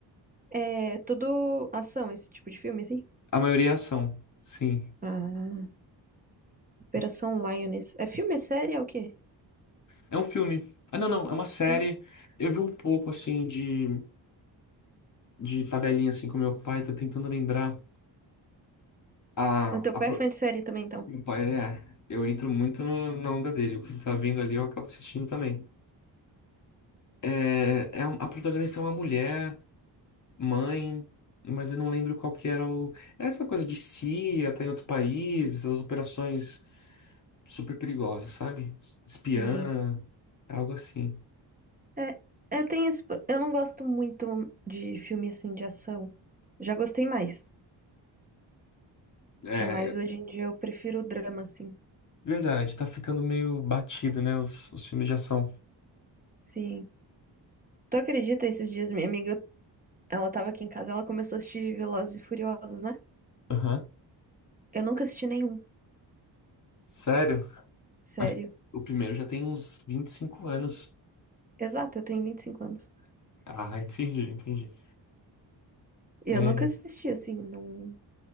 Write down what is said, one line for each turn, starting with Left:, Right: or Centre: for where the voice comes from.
Right: É tudo ação, esse tipo de filme, assim?
Left: A maioria é ação, sim.
Right: Ah, Operação Lioness. É filme? É série? É o quê?
Left: É um filme. Ah, não, não, é uma série.
Right: Filme.
Left: Eu vi um pouco, assim, de, de tabelinha, assim, com meu pai, tô tentando lembrar. A,
Right: O teu
Left: a,
Right: pai
Left: pro-
Right: é fã de série também, então?
Left: meu pai, ele é. Eu entro muito na, na onda dele. O que ele tá vendo ali, eu acabo assistindo também. É, é, um- a protagonista é uma mulher, mãe, mas eu não lembro qual que era o. é Essa coisa de CIA, tá em outro país, essas operações super perigosas, sabe? Espiã,
Right: Sim.
Left: algo assim.
Right: É, eu tenho esse, pro- eu não gosto muito de filme, assim, de ação. Já gostei mais.
Left: É,
Right: Mas
Left: é
Right: hoje em dia eu prefiro o drama, assim.
Left: verdade, tá ficando meio batido, né, os, os filmes de ação.
Right: Sim. Tu acredita, esses dias minha amiga, ela tava aqui em casa, ela começou a assistir Velozes e Furiosos, né?
Left: Aham.
Right: Eu nunca assisti nenhum,
Left: Sério?
Right: sério.
Left: Mas o primeiro já tem uns 25 anos.
Right: Exato, eu tenho 25 anos.
Left: Ah, <laughs> entendi, entendi.
Right: E
Left: É,
Right: eu nunca assisti, assim, não...